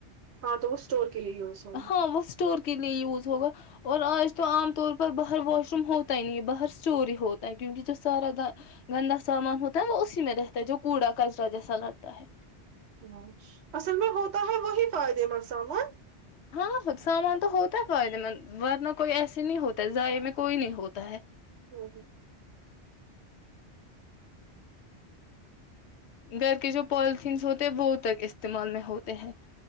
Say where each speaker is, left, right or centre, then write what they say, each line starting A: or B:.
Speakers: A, on the right; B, on the left.
A: ہاں تو وہ اسٹور کے لیے یوز ہوگا
B: ہاں وہ اسٹور کے لیے یوز ہوگا اور آج تو عام طور پر باہر واش روم ہوتا ہی نہیں ہے باہر اسٹوری ہوتا ہے کیونکہ جو سارا گندا سامان ہوتا ہے وہ اسی میں رہتا ہے جو کوڑا کچرا جیسا لگتا ہے
A: ہ اصل میں ہوتا ہے وہی پائےدے سامان
B: ہاں سامان تو ہوتا ہے فائدے مند ورنہ کوئی ایسے نہیں ہوتا ہے ضائع میں کوئی نہیں ہوتا ہے
A: ہوں ہوں
B: گھر کے جو پالیتھینس ہوتے ہیں وہ تک استعمال میں ہوتے ہیں